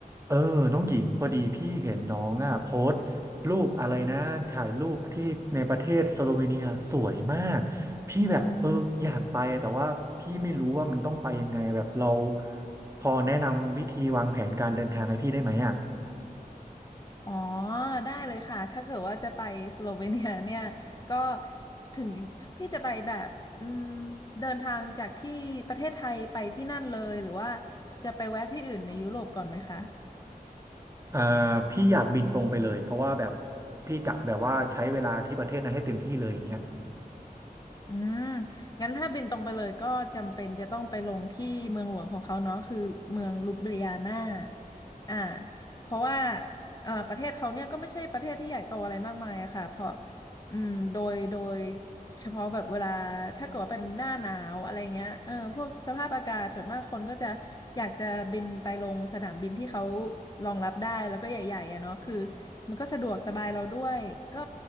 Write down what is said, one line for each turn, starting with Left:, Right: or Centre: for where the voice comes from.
Right: เออน้องหญิงพอดีพี่เห็นน้องอ่ะโพสต์รูปอะไรนะถ่ายรูปที่ในประเทศสโลเวเนียสวยมากพี่แบบเอออยากไปอะแต่ว่าพี่ไม่รู้ว่ามันต้องไปยังไงแบบเราพอแนะนำวิธีวางแผนการเดินทางให้พี่ได้ไหมอ่ะ
Left: อ๋อได้เลยค่ะถ้าเกิดว่าจะไปสโลเวเนียเนี่ยก็ถึงพี่จะไปแบบอืมเดินทางจากที่ประเทศไทยไปที่นั่นเลยหรือว่าจะไปแวะที่อื่นในยุโรปก่อนไหมคะ
Right: อ่าพี่อยากบินตรงไปเลยเพราะว่าแบบพี่กะแบบว่าใช้เวลาที่ประเทศนั้นให้เต็มที่เลยอย่างเงี้ย
Left: อืมงั้นถ้าบินตรงไปเลยก็จำเป็นจะต้องไปลงที่เมืองหลวงของเขาเนาะคือเมืองลูเบเลียนาอ่า เพราะว่าเอ่อประเทศเขาเนี่ยก็ไม่ใช่ประเทศที่ใหญ่โตอะไรมากมายอะค่ะ เพราะอืมโดยโดยเฉพาะแบบเวลาถ้าเกิดว่าเป็นหน้าหนาวอะไรเงี้ยเออพวกสภาพอากาศส่วนมากคนก็จะอยากจะบินไปลงสนามบินที่เขารองรับได้แล้วก็ใหญ่ๆอะเนาะคือ มันก็สะดวกสบายเราด้วยก็